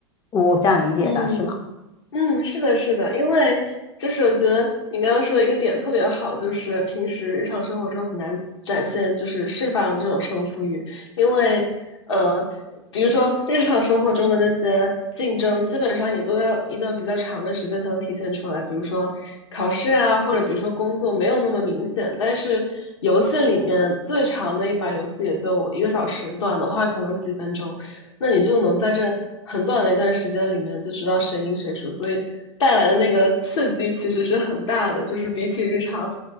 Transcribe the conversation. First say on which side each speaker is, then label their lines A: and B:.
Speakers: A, on the left (about 25°); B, on the left (about 75°).
A: 我这样理解的是吗？
B: 嗯嗯，是的，是的，因为就是我觉得你刚刚说的一个点特别好，就是平时日常生活中很难展现，就是释放这种胜负欲，因为呃，比如说日常生活中的那些竞争，基本上也都要一段比较长的时间才能体现出来，比如说考试啊，或者比如说工作没有那么明显，但是游戏里面最长的一把游戏也就一个小时，短的话可能几分钟。那你就能在这很短的一段时间里面就知道谁赢谁输，所以带来的那个刺激其实是很大的。就是比起日常，